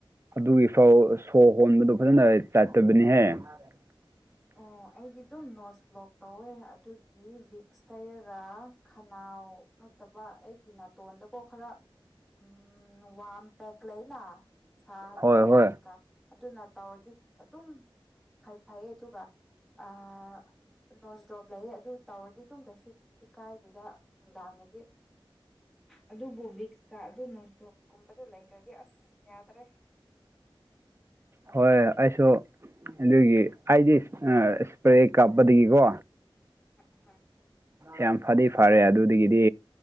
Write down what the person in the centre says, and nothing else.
ꯑꯣ ꯑꯩꯗꯤ ꯑꯗꯨꯝ ꯅꯣꯠꯁ ꯕ꯭ꯂꯣꯛ ꯇꯧꯋꯦ ꯑꯗꯨꯒꯤ ꯚꯤꯛꯁ ꯇꯩꯔꯒ ꯈꯅꯥꯎ ꯑꯇꯣꯞꯄ ꯑꯩꯒꯤ ꯅꯥꯇꯣꯟꯗ ꯀꯣ ꯈꯔ ꯎꯝ ꯋꯥꯝꯃ ꯄꯦꯛ ꯂꯩꯅ ꯁꯥꯍꯟꯕ
ꯄꯦꯛꯀ ꯑꯗꯨꯅ ꯇꯧꯔꯗꯤ ꯑꯗꯨꯝ ꯐꯩ ꯐꯩꯌꯦ ꯑꯗꯨꯒ ꯑꯥ ꯅꯣꯖ꯭ꯔꯣꯞ ꯂꯩꯌꯦ ꯑꯗꯨ ꯇꯧꯔꯗꯤ ꯑꯗꯨꯝ ꯀꯩꯁꯨ ꯀꯥꯏꯗꯦꯗ ꯅꯨꯡꯗꯥꯡꯗꯗꯤ ꯑꯗꯨꯕꯨ ꯚꯤꯛꯁꯇ ꯑꯗꯨ ꯅꯣꯡꯗ꯭ꯔꯣꯞ ꯀꯨꯝꯕꯗꯨ ꯂꯩꯗ꯭ꯔꯗꯤ ꯑꯁ ꯌꯥꯗ꯭ꯔꯦ
ꯎꯝ